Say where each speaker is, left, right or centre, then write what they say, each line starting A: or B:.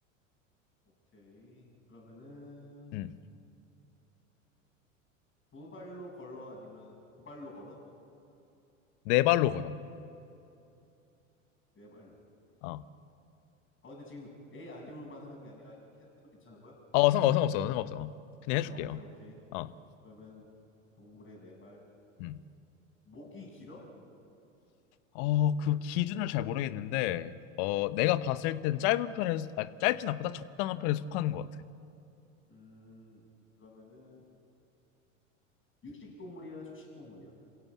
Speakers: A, on the left; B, on the left.
A: 오케이. 그러면은,
B: 음.
A: 두 발로 걸어? 아니면 두 발로 걸어?
B: 네 발로 걸어
A: 네 발로.
B: 어,
A: 아, 근데 지금 에 아니오만 하는 게 아니라 이렇게 해도 괜찮은 거야?
B: 어 상관없어 상관없어 상관없어 어. 그냥
A: 아,
B: 해줄게요
A: 오케이, 오케이.
B: 어.
A: 그러면 동물의 네 발.
B: 음.
A: 목이 길어?
B: 어, 그 기준을 잘 모르겠는데, 어, 내가
A: 음.
B: 봤을 땐 짧은 편에, 아, 짧진 않고다 적당한 편에 속하는 것 같아.
A: 음, 그러면은, 육식 동물이야? 초식 동물이야?